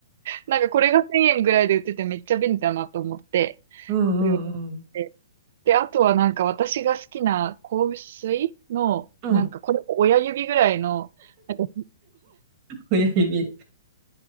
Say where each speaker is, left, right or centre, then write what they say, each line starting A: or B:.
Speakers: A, on the right; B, on the right.
A: なんかこれが1000円ぐらいで売っててめっちゃ便利だなと思って、
B: うんうん
A: これを買ってで、あとはなんか私が好きな香水の、
B: うん。
A: なんかこれも親指ぐらいの、
B: うん。
A: なんか
B: 親指。